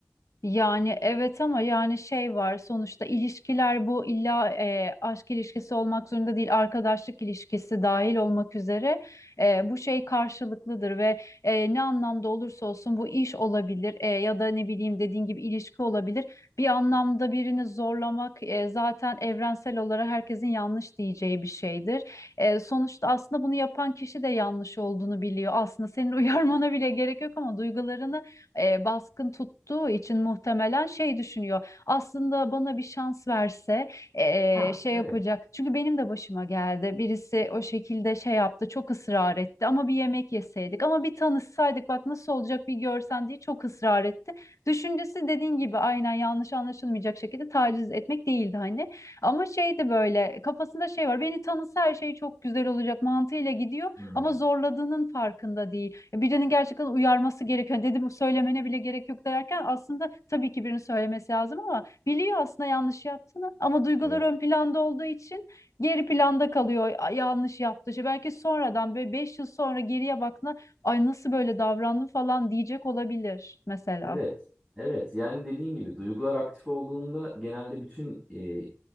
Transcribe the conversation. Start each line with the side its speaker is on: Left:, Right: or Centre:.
Left: Yani evet ama yani şey var sonuçta ilişkiler bu illa e, aşk ilişkisi olmak zorunda değil arkadaşlık ilişkisi dahil olmak üzere e, bu şey karşılıklıdır ve e, ne anlamda olursa olsun bu iş olabilir e, ya da ne bileyim dediğin gibi ilişki olabilir bir anlamda birini zorlamak e, zaten evrensel olarak herkesin yanlış diyeceği bir şeydir E, sonuçta aslında bunu yapan kişi de yanlış olduğunu biliyor aslında senin <laughs> uyarmana bile gerek yok ama duygularını e, baskın tuttuğu için muhtemelen şey düşünüyor. Aslında bana bir şans verse e,
Right: Ha,
Left: şey
Right: evet.
Left: yapacak. Çünkü benim de başıma geldi. Birisi o şekilde şey yaptı, çok ısrar etti. Ama bir yemek yeseydik, ama bir tanışsaydık bak nasıl olacak bir görsen diye çok ısrar etti. Düşüncesi dediğin gibi aynen yanlış anlaşılmayacak şekilde taciz etmek değildi hani. Ama şey de böyle kafasında şey var. Beni tanısa her şey çok güzel olacak mantığıyla gidiyor
Right: Hmm.
Left: ama zorladığının farkında değil. Birinin gerçekten uyarması gerekiyor. Yani Dedim söylemene bile gerek yok derken aslında tabii ki birinin söylemesi lazım ama biliyor aslında yanlış yaptığını ama duygular
Right: Evet.
Left: ön planda olduğu için geri planda kalıyor "Ay, yanlış yaptı. İşte belki sonradan böyle 5 yıl sonra geriye baktığında ay nasıl böyle davrandım falan diyecek olabilir mesela.
Right: Evet. Evet. Yani dediğin gibi duygular aktif olduğunda genelde bütün e,